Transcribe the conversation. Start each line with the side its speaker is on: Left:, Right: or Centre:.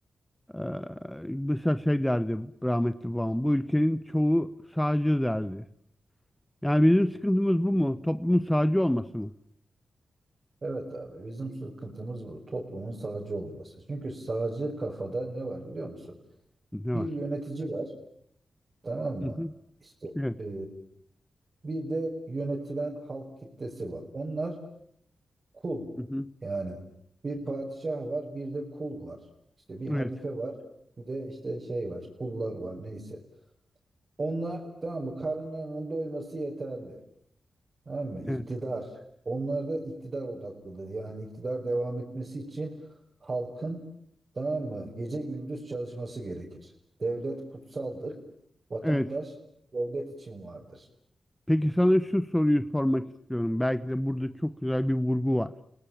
Centre: e, mesela şey derdi rahmetli babam bu ülkenin çoğu sağcı derdi. Yani bizim sıkıntımız bu mu? Toplumun sağcı olması mı?
Right: Evet abi bizim sıkıntımız bu. Toplumun sağcı olması. Çünkü sağcı kafada ne var biliyor musun?
Centre: Ne
Right: Bir
Centre: var?
Right: yönetici var tamam mı?
Centre: Hı hı.
Right: İşte
Centre: Evet.
Right: e, bir de yönetilen halk kitlesi var. Onlar Kul.
Centre: Hı hı.
Right: Yani bir padişah var, bir de kul var. İşte bir halife
Centre: Evet.
Right: var, bir de işte şey var, kullar var neyse. Onlar tamam mı? Karınlarının doyması yeterli. Tamam mı? İktidar.
Centre: Evet.
Right: Onlar da iktidar odaklıdır. Yani iktidar devam etmesi için halkın tamam mı? Gece gündüz çalışması gerekir. Devlet kutsaldır. Vatandaş
Centre: Evet.
Right: devlet için vardır.
Centre: Peki sana şu soruyu sormak istiyorum. Belki de burada çok güzel bir vurgu var.